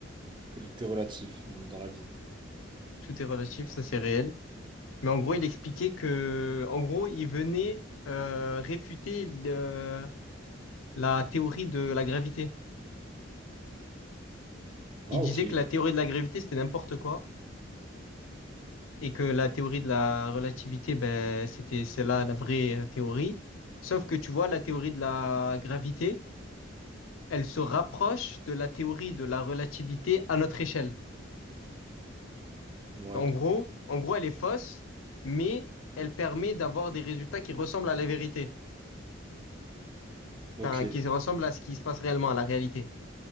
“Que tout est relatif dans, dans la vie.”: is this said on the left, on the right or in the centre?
Right